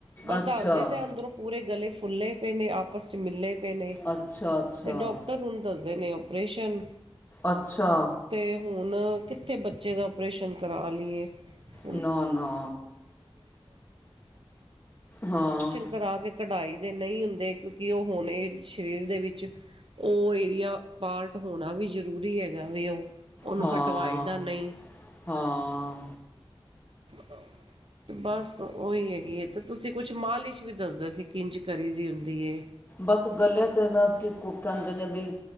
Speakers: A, on the right (about 65°); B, on the left (about 20°).
A: ਬਸ
B: ਅੱਛਾ
A: ਦੱਸਦੀਦਾ ਅੰਦਰੋਂ ਪੂਰੇ ਗਲੇ ਫੁੱਲੇ ਪਏ ਨੇ ਆ ਆਪਸ 'ਚ ਮਿੱਲੇ ਪਏ ਨੇ
B: ਅੱਛਾ ਅੱਛਾ
A: ਤੇ ਡਾਕਟਰ ਹੁਣ ਦੱਸਦੇ ਨੇ ਓਪਰੇਸ਼ਨ
B: ਅੱਛਾ।
A: ਤੇ ਹੁਣ ਕਿੱਥੇ ਬੱਚੇ ਦਾ ਓਪਰੇਸ਼ਨ ਕਰਾ ਲਈਏ। <inaudible>
B: ਨਾ ਨਾ ਹਾਂ
A: ਕਰਾ ਕੇ ਕਢਾਈ ਦੇ ਨਹੀਂ ਹੁੰਦੇ। ਕਿਉਂਕਿ ਉਹ ਹਣੇ ਸਰੀਰ ਦੇ ਵਿੱਚ ਉਹ ਏਰੀਆ, ਪਾਰਟ ਹੋਣਾ ਵੀ ਜ਼ਰੂਰੀ ਹੈਗਾ ਵੈ ਉਹ। ਉਹਨੂੰ
B: ਹਾਂ-
A: ਹਟਵਾਈ ਦਾ ਨਹੀਂ
B: ਹਾਂ।
A: <inaudible> ਬਸ ਉਹੀ ਹੈਗੀ ਏ ਅਤੇ ਤੁਸੀ ਕੁਛ ਮਾਲਿਸ਼ ਵੀ ਦੱਸਦੇ ਸੀ ਕਿੰਝ ਕਰੀ ਦੀ ਹੁੰਦੀ ਏ।
B: ਬਸ ਗੱਲ ਤੇ ਨਾ ਕਿ ਉਹ ਕਹਿੰਦੇ ਨੇ ਬਈ